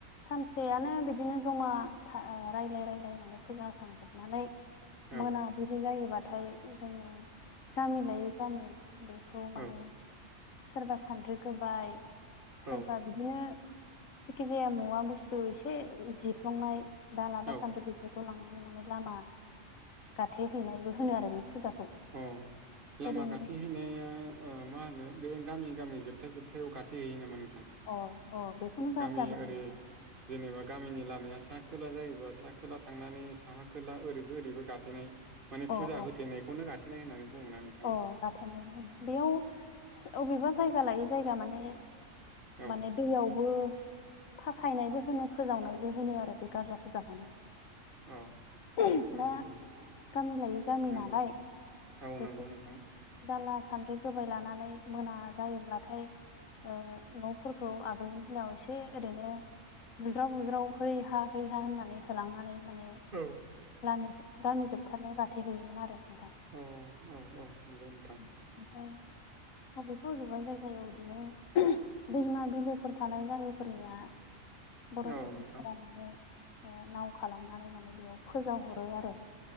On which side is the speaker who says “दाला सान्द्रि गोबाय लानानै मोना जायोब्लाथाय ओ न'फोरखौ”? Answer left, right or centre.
Left